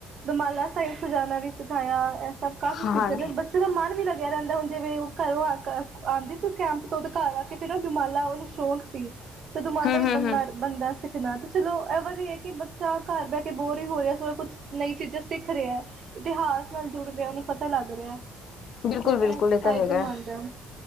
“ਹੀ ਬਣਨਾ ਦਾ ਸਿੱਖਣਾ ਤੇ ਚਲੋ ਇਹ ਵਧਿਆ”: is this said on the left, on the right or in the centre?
Right